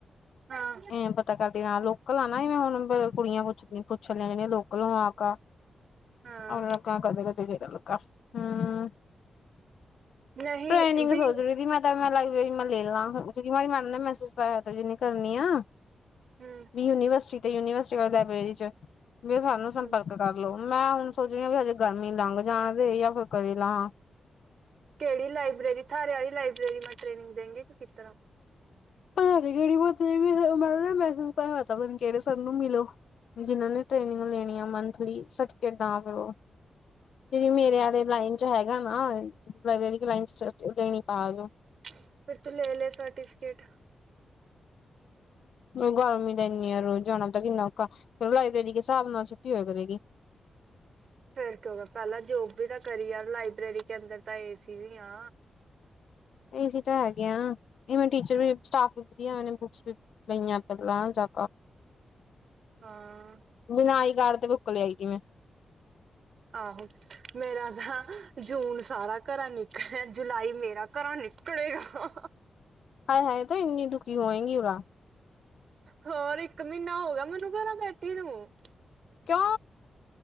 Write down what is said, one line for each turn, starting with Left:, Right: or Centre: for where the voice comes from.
Right: ਹਾਂ
Left: ਐ ਪਤਾ ਕਰ ਲੋਕਲ ਆ ਨਾ ਮੈਂ ਹੁਣ ਕੁੜੀਆਂ ਪੁੱਛ ਪੁੱਛਣ ਲ ਜਦੀੀਆਂ ਲੋਕਲ ਨੂੰ ਆ ਕ ਅਰ
Right: ਹਾਂ
Left: ਕਦੇ ਕਦੇ ਕੇੜ ਨ ਹਮ
Right: ਨਹੀਂ
Left: ਟ੍ਰੇਨਿੰਗ
Right: ਬੀ
Left: ਸੋਚ ਰਹੀ ਸੀ ਮੈਂ ਤਾਂ ਮੈਂ ਲਾਈਬ੍ਰੇਰੀ ਮੈਂ ਲੈ ਲਵ ਕਿਉਂਕਿ ਮਰੀ ਮੈਡਮ ਨੇ ਮੈਸਜ ਜਿਹਨੀ ਕਰਨੀ ਆ
Right: ਹੂੰ
Left: ਵੀ ਯੂਨੀਵਰਸਿਟੀ ਤੇ ਯੂਨੀਵਰਸਿਟੀ ਵਾਲੇ ਲਾਇਬ੍ਰੇਰੀ ਚ ਵੀ ਸਾਨੂੰ
Right: ਹੂੰ
Left: ਸੰਪਰਕ ਕਰ ਲੋ ਮੈਂ ਹੁਣ ਸੋਚ ਰਹੀ ਹਾਂ ਵੀ ਹਜੇ ਗਰਮੀ ਲੰਘ ਜਾਣਦੇ ਫ ਕਰਦੇਲਾਾਂ
Right: ਕਿਹੜੀ ਲਾਇਬ੍ਰੇਰੀ ਥਾਰੇ ਵਾਲੀ ਲਾਇਬ੍ਰੇਰੀ ਮੈਂ ਟ੍ਰੇਨਿੰਗ ਦੇਗੀ ਕਿ ਕਿਸ ਤਰ੍ਹਾਂ
Left: ਭ ਗੜੀ ਮ ਮ ਮੈਸੇਜ ਪ ਕਿਹੜੇ ਸਭ ਨੂੰ ਮਿਲੋ ਜਿਨਾਂ ਨੇ ਟ੍ਰੇਨਿੰਗ ਲੈਣੀ ਆ ਮੰਥਲੀ ਸਰਟੀਫਿਕੇਟ ਦਾ ਪ ਉਹ ਜਿਹੜੀ ਮੇਰੇ ਵਾਲੇ ਲਾਈਨ ਚ ਹੈਗਾ ਨਾ ਲਬ੍ਰੇਰੀ ਲਾਈਨ ਚ ਦੇਣੀ ਪਾ ਜੋਓ
Right: ਫਿਰ ਤੂੰ ਲੈ ਲੈ ਸਰਟੀਫਕੇਟ
Left: ਹਮ ਗਰਮੀ ਦਾ ਇਨੀ ਯ ਰੋ ਜਾਣਾ ਤਾਂ ਕਿੰਨਾ ਔਖਾ ਲਾਇਬ੍ਰੇਰੀ ਦੇ ਹਿਸਾਬ ਨਾਲ ਛੁੱਟੀ ਹੋ ਕਰੇਗੀ
Right: ਫੇਰ ਕਿਂ ਗਿਆ ਪਹਿਲਾਂ ਜੋਬ ਵੀ ਤਾਂ ਕਰੀ ਯ ਲਾਇਬ੍ਰੇਰੀ ਕੇ ਅੰਦਰ ਤਾਂ ਏਸੀ ਵੀ ਆ
Left: ਇ ਤਾਂ ਹੈਗੇ ਆ ਇਹਵੇਂ ਟੀਚਰ ਵੀ ਸਟਾਫ ਵਧੀਆ ਉਹਨੇ ਬੁੱਕਸ ਵੀ ਲਈਆਂ ਪਹਿਲਾਂ ਜਾ
Right: ਹਾਂ
Left: ਬਿਨਾਂ ਆਈ ਕਾਰਡ ਤੇ ਬੁੱਕ ਲਿਆਈਗੀ ਮੈਂ
Right: ਆਹੋ ਮੇਰਾ ਤਾਂ ਜੂਨ ਸਾਰਾ ਘਰ ਨਿਕਲਿਆ ਜੁਲਾਈ ਮੇਰਾ ਘਰ ਨਿਸ ਕੜਗਾ
Left: ਹਾਏ ਹਾਏ ਤਾਂ ਇੰਨੀ ਦੁਖੀ ਹੋਏਂਗੀ ਉਾਹ
Right: ਹੋਰ ਇੱਕ ਮਹੀਨਾ ਹੋ ਗਿਆ ਮੈਨੂੰ ਘਰਾਂ ਬੈਠੇ ਨੂੰ ਮੂੰ
Left: ਕਿਆ